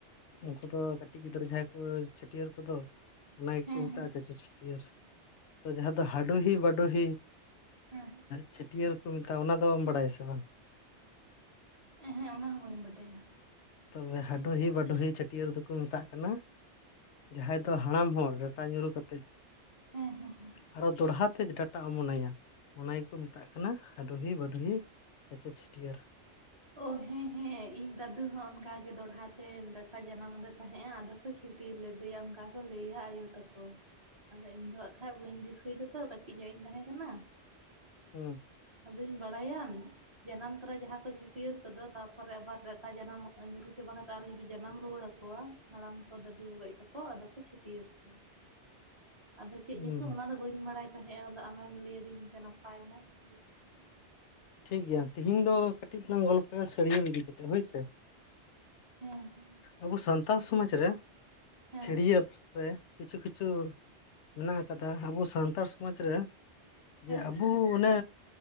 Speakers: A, on the left; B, on the right.
A: ᱩᱱᱠᱩ ᱫᱚ ᱠᱟᱹᱴᱤᱡ ᱜᱤᱫᱽᱨᱟᱹ ᱡᱟᱦᱟᱸᱭ ᱠᱚ ᱪᱷᱟᱹᱴᱭᱟᱹᱨ ᱠᱚᱫᱚ ᱚᱱᱟ ᱜᱮᱠᱚ
B: ᱦᱮᱸ
A: ᱢᱮᱛᱟᱜᱼᱟ
B: ᱦᱮᱸ
A: ᱪᱟᱪ ᱪᱷᱟᱹᱴᱭᱟᱹᱨ ᱛᱚ ᱡᱟᱦᱟᱸ ᱫᱚ ᱦᱟᱹᱰᱦᱤ ᱵᱟᱹᱰᱳᱦᱤ
B: ᱦᱮᱸ
A: ᱪᱷᱟᱹᱴᱭᱟᱹᱨ ᱠᱚ ᱢᱮᱛᱟᱜᱼᱟ ᱚᱱᱟ ᱫᱚᱢ ᱵᱟᱰᱟᱭᱟ ᱥᱮ ᱵᱟᱝ
B: ᱦᱮᱸ ᱚᱱᱟ ᱦᱚᱸ ᱵᱟᱹᱧ ᱵᱟᱰᱟᱭᱟ
A: ᱛᱚᱵᱮ ᱦᱟᱹᱰᱦᱤ ᱵᱟᱰᱳᱦᱤ ᱪᱷᱟᱹᱴᱭᱟᱹᱨ ᱫᱚᱠᱚ ᱢᱮᱛᱟᱜ ᱠᱟᱱᱟ ᱡᱟᱦᱟᱸᱭ ᱫᱚ ᱦᱟᱲᱟᱢ ᱦᱚᱲ ᱰᱟᱴᱟ ᱧᱩᱨᱩ ᱠᱟᱛᱮᱫ
B: ᱦᱮᱸ ᱦᱮᱸ ᱦᱮᱸ
A: ᱟᱨᱚ ᱫᱚᱦᱟ ᱛᱮ ᱰᱟᱴᱟ ᱚᱢᱚᱱ ᱱᱟᱭᱟ ᱚᱱᱟ ᱜᱮᱠᱚ ᱢᱮᱛᱟᱜ ᱠᱟᱱᱟ ᱦᱟᱹᱰᱩᱦᱤ ᱵᱟᱹᱰᱦᱤ ᱟᱪᱚ ᱪᱷᱟᱹᱴᱭᱟᱹᱨ
B: ᱚ ᱦᱮᱸ ᱦᱮᱸ ᱤᱧ ᱫᱟᱫᱩ ᱦᱚᱸ ᱚᱱᱠᱟᱜ ᱜᱮ ᱫᱚᱲᱦᱟ ᱛᱮ ᱡᱟᱱᱟᱢ ᱟᱫᱮ ᱛᱟᱦᱮᱸᱜᱼᱟ ᱟᱫᱚ ᱠᱚ ᱪᱷᱟᱹᱴᱭᱟᱹᱨ ᱞᱮᱫᱮᱭᱟ ᱚᱱᱠᱟ ᱠᱚ ᱞᱟᱹᱭᱟ ᱟᱭᱳ ᱛᱟᱠᱚ ᱟᱫᱚ ᱤᱧ ᱫᱚᱦᱟᱜ ᱠᱷᱟᱡ ᱵᱟᱹᱧ ᱫᱤᱥᱟᱹᱭ ᱫᱟᱛᱚ ᱠᱟᱹᱴᱤᱡ ᱧᱚᱜ ᱤᱧ ᱛᱟᱦᱮᱸ ᱠᱟᱱᱟ
A: ᱦᱩᱸ
B: ᱟᱫᱚᱧ ᱵᱟᱰᱟᱭᱟᱢ ᱡᱟᱱᱟᱢ ᱛᱚᱨᱟ ᱡᱟᱦᱟᱸ ᱠᱚ ᱪᱷᱟᱹ ᱪᱟᱹᱴᱭᱟᱹᱨ ᱠᱚᱫᱚ ᱛᱟᱨᱯᱚᱨᱮ ᱟᱵᱟᱨ ᱰᱟᱴᱟ ᱡᱟᱱᱟᱢ ᱧᱩᱨᱩ ᱪᱟᱵᱟ ᱠᱟᱛᱮᱫ ᱟᱨ ᱡᱩᱫᱤ ᱡᱟᱱᱟᱢ ᱨᱩᱣᱟᱹᱲ ᱟᱠᱚᱣᱟ ᱦᱟᱲᱟᱢ ᱠᱚ ᱫᱟᱫᱩ ᱵᱟᱵᱟᱭᱩ ᱛᱟᱠᱚ ᱟᱫᱚ ᱠᱚ ᱪᱷᱟᱹᱴᱭᱟᱹᱨ ᱠᱚ ᱟᱫᱚ ᱪᱮᱫ
A: ᱦᱩᱸ
B: ᱧᱩᱛᱩᱢ ᱚᱱᱟ ᱫᱚ ᱵᱟᱹᱧ ᱵᱟᱰᱟᱭ ᱛᱟᱦᱮᱸᱜᱼᱟ ᱟᱫᱚ ᱟᱢᱮᱢ ᱞᱟᱹᱭᱟᱫᱤᱧ ᱛᱮ ᱱᱟᱯᱟᱭᱱᱟ ᱵᱩᱡᱽ ᱠᱤᱫᱟᱹᱧ
A: ᱴᱷᱤᱠ ᱜᱮᱭᱟ ᱛᱤᱦᱤᱧ ᱫᱚ ᱠᱟᱹᱴᱤᱡ ᱞᱟᱝ ᱜᱚᱞᱯᱚᱭᱟ ᱥᱟᱹᱲᱭᱟᱹ ᱤᱫᱤ ᱠᱟᱛᱮ ᱦᱳᱭᱥᱮ
B: ᱦᱮᱸ
A: ᱟᱵᱚ ᱥᱟᱱᱛᱟᱲ ᱥᱚᱢᱟᱡᱽ ᱨᱮ
B: ᱦᱮᱸ
A: ᱪᱷᱟᱹᱲᱭᱟᱹ ᱨᱮ ᱠᱤᱪᱷᱩ ᱠᱤᱪᱷᱩ ᱢᱮᱱᱟᱜ ᱟᱠᱟᱫᱟ ᱟᱵᱚ ᱥᱟᱱᱛᱟᱲ ᱥᱚᱢᱟᱡᱽ ᱨᱮ ᱡᱮ
B: ᱦᱮᱸ
A: ᱟᱵᱚ ᱚᱱᱮ